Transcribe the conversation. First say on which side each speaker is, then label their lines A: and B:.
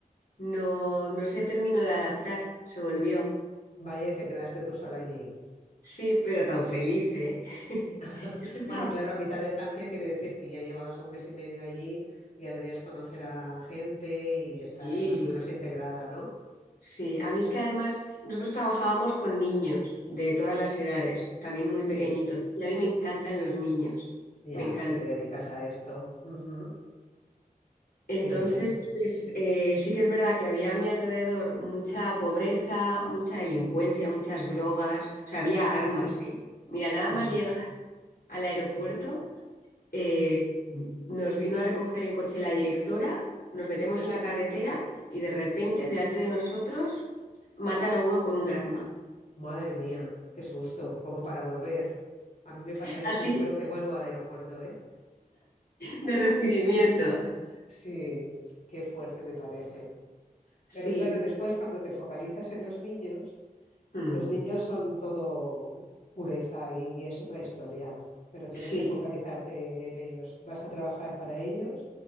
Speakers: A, on the left (about 80°); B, on the left (about 50°).
A: No, no se terminó de adaptar, se volvió.
B: vaya, y te quedaste tú sola allí.
A: Sí, pero tan feliz, ¿eh? <laughs>
B: <laughs>
A: Yo es que estaba-
B: Bueno, claro, a mitad de estancia quiere decir que ya llevabas un mes y medio allí, ya debías conocer a gente y
A: Sí,
B: estar más o menos integrada, ¿no?
A: sí. A mí es que además nosotros trabajábamos con niños de todas las edades, también muy pequeñitos.
B: Sí,
A: Y a mí me encantan los niños.
B: ya,
A: Me encantan.
B: si te dedicas a esto. Ujú,
A: Entonces,
B: Qué bien,
A: pues, eh, sí que es verdad que había a mi alrededor mucha pobreza, mucha delincuencia, muchas drogas, o sea, había
B: sí.
A: armas, ¿eh? Mira, nada
B: Um,
A: más llegar al aeropuerto,
B: sí.
A: eh, nos vino a recoger en coche la directora, nos metemos en la carretera y de repente, delante de nosotros, matan a uno con un arma.
B: Madre mía, qué susto, como para volver. A mí me
A: <laughs>
B: pasa esto,
A: Así
B: yo creo que vuelvo al aeropuerto, ¿eh?
A: de recibimiento.
B: Sí, qué fuerte me parece.
A: Sí,
B: Pero claro, después cuando te focalizas en los niños,
A: mm,
B: los niños son todo pureza y es otra historia, pero tienes
A: sí,
B: que focalizarte en ellos. Vas a trabajar para ellos